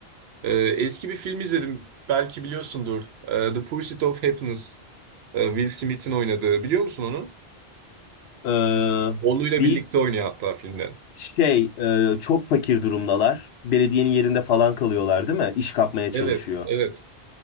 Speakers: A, on the right (about 75°); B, on the left (about 80°).
A: Ee, eski bir film izledim. Belki biliyorsundur. Ee, The Pursuit of Happiness. Ee, Will Smith'in oynadığı. Biliyor musun onu?
B: Ee,
A: Oğluyla
B: bir
A: birlikte oynuyor hatta filmde.
B: şey e, çok fakir durumdalar. Belediyenin yerinde falan kalıyorlar değil mi? İş kapmaya
A: Evet,
B: çalışıyor.
A: evet.